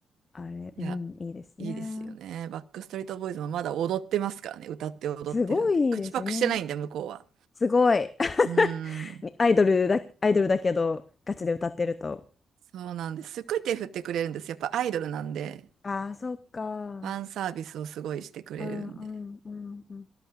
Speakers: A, on the left (about 35°); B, on the right (about 80°).
A: あれ、
B: いや、
A: うん、いいですね。
B: いいですよね。バックストリートボーイズもまだ踊ってますからね。歌って踊ってるんで。
A: すごいいいですよね。
B: 口パクしてないんで、向こうは。
A: すごい。<laughs>
B: うん。
A: アイドルだ、アイドルだけど、ガチで歌ってると。
B: そうなんです。すっごい手振ってくれるんです。やっぱアイドルなんで。
A: ああ、そっか。
B: ファンサービスをすごいしてくれるんで、
A: うんうんうんうん。